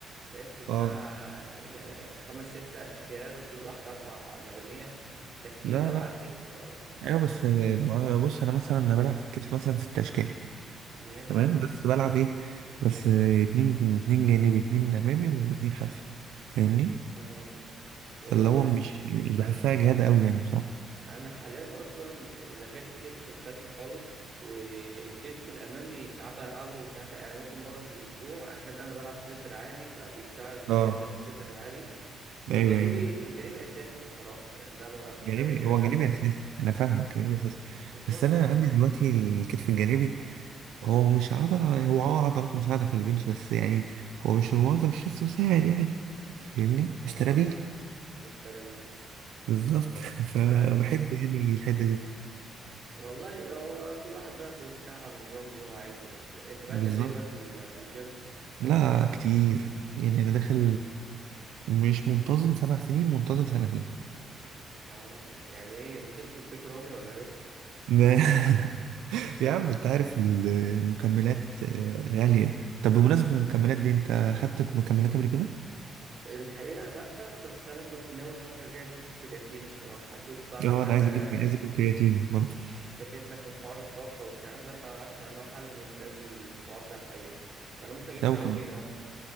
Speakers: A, on the right; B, on the right.
A: لعبت بتاع
B: اه
A: يعني خمس ست اشكال كل واحده اربع مجاميع ده كتير
B: لا
A: قوي
B: لا
A: على الكتف يا راجل
B: ايوه بس ما- بص انا مثلا انا بلعب في الكتف مثلا ست اشكال
A: ماشي
B: تمام بس بلعب ايه بس اتنين اتنين جانبي اتنين امامي واتنين خلفي فاهمني
A: أه والله
B: فاللي هو
A: بص
B: مش مش بحسها جهاد قوي يعني بصراحه
A: انا حاليا اصلا لغيت الكتف الخلفي خالص والكتف الامامي ساعات بلعبه وساعات لا يعني ممكن مره في الاسبوع عشان انا بلعب صدر عالي فبيشتغل معايا
B: اه
A: في الصدر العالي والجانبي
B: ايوه ايوه
A: الجانبي اساسي الصراحه يعني ده ما فيش
B: جانبي
A: حاجه بتشغله
B: هو جانبي اساسي انا فاهمك جانبي اساسي
A: بالظبط
B: بس انا عندي دلوقتي الكتف الجانبي هو مش عضله هو اه عضلات مساعده في البنش بس يعني هو مش المنظم مش لسه مساعد يعني فاهمني
A: اه
B: مش ترابيه
A: اه مش ترابيز
B: بالظبط <laughs> فبحب
A: ف
B: يعني الحته دي
A: والله هو كل واحد بقى بيرتاح على النظام اللي هو عايزه بس انت بقى
B: بالظبط
A: كان ايه بقى في ال- في الجيم
B: لا كتير يعني انا داخل مش منتظم سبع سنين منتظم سنتين
A: اه يعني ايه وصلت البيج رامي ولا
B: ده. <laughs> يا عم انت عارف ال- المكملات آه، غالية طب بمناسبة المكملات دي انت خدت مكملات قبل كده؟
A: الحقيقة لأ بس أنا كنت ناوي الفترة الجاية أجيب كرياتين الصراحة أشوف بقى عشان
B: اه انا عايز
A: آه،
B: اجيب عايز اجيب كرياتين برضه
A: اشتكيت لك من حوار الطاقة والكلام ده فأنا أسمع إن هو حل ممتاز الحوار ده الحقيقة فأنا ممكن أجيب
B: لو
A: كرياتين
B: كم...
A: أه